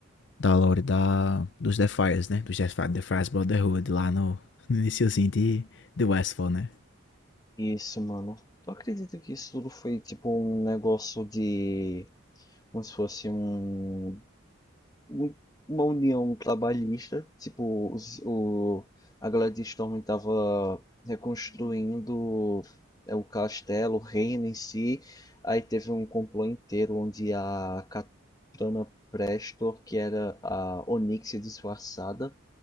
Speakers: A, on the left; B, on the left.
A: da lore da, dos Defiers, né? Dos Defiers, Defiers Brotherhood, lá no, no iniciozinho de, de Westfall, né?
B: Isso, mano. Tu acredita que isso tudo foi tipo um negócio de. Como se fosse um. um- Uma união trabalhista. Tipo, os- o, a galera de Storm tava reconstruindo é, o castelo, o reino em si. Aí teve um complô inteiro onde a Katana Prestor, que era a Onyxia disfarçada,